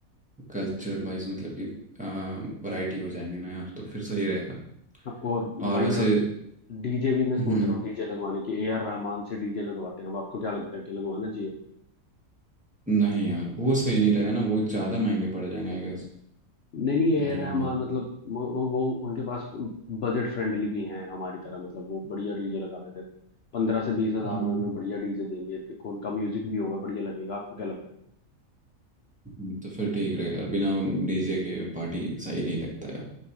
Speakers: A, in the centre; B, on the left.
A: कल्चरल वाइज मतलब कि वैरायटी हो जाएंगे ना यार तो फिर सही रहेगा
B: हाँ, और
A: और
B: भाई
A: वैसे
B: मैं डीजे भी मैं सोच
A: हम्म
B: रहा हूँ डीजे लगवाने की ए आर रहमान से डीजे लगवाते हैं अब आपको क्या लगता है कि लगवाना चाहिए
A: नहीं यार वो सही नहीं रहेगा ना वो ज़्यादा महंगे पड़ जाएंगे आई गेस
B: नहीं नहीं ए
A: यार रहमान
B: रहमान मतलब वो, वो वो- उनके पास बजट फ्रेंडली भी हैं हमारी तरह मतलब वो बढ़िया डीजे लगा देते हैं पंद्रह से बीस हजार
A: हाँ
B: रुपए में बढ़िया डीजे देंगे देखो उनका म्यूजिक भी होगा बढ़िया लगेगा आपको क्या लगता
A: हम्म, तो फिर ठीक रहेगा यार बिना डीजे के पार्टी सही नहीं लगता यार